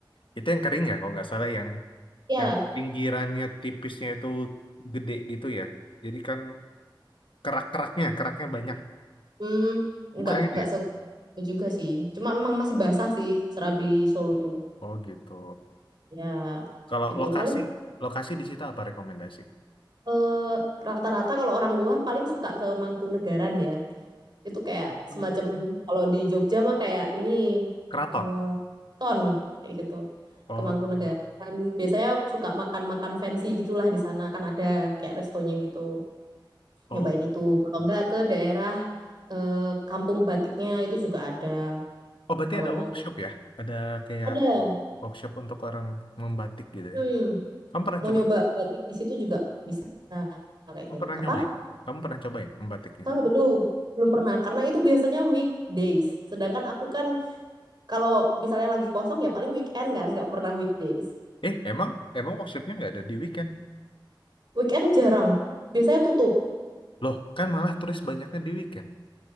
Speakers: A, on the left; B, on the right.
A: Itu yang kering ya, kalau nggak salah yang
B: Ya,
A: yang pinggirannya tipisnya itu gede gitu ya. Jadi kan kerak-keraknya, keraknya banyak.
B: hmm, nggak
A: Bukan itu
B: nggak
A: ya?
B: se itu juga sih. Cuma memang masih basah sih serabi Solo tuh.
A: Oh gitu.
B: Ya,
A: Kalau
B: gitu.
A: lokasi,
B: Paling
A: lokasi di situ apa rekomendasi?
B: eh, rata-rata kalau orang luar paling suka ke Mangkunegaran ya. Itu kayak
A: Penegak.
B: semacam kalau di Jogja mah kayak ini
A: Keraton.
B: eh, ton kayak gitu.
A: Oh,
B: Ke Mangkunegaran biasanya suka makan-makan fancy gitulah di sana kan ada kayak restonya gitu.
A: oh,
B: Nyobain itu. Kalau
A: oh.
B: enggak ke daerah eh, Kampung Batiknya itu juga ada
A: Oh, berarti
B: kalau
A: ada
B: mau
A: workshop ya? Ada kayak
B: ada.
A: workshop untuk orang membatik gitu
B: Hmm,
A: ya? Kamu pernah
B: mau
A: coba?
B: nyoba batik di situ juga bisa kayak
A: Kamu
B: gitu.
A: pernah
B: Apa?
A: nyobain? Kamu pernah cobain membatiknya?
B: Ah, belum. Belum pernah karena itu biasanya weekdays. Sedangkan aku kan Kalau misalnya lagi kosong ya paling weekend kan, nggak pernah weekdays.
A: Eh, emang, emang workshopnya nggak ada di weekend?
B: Weekend jarang, biasanya tutup.
A: Loh, kan malah turis banyaknya di weekend.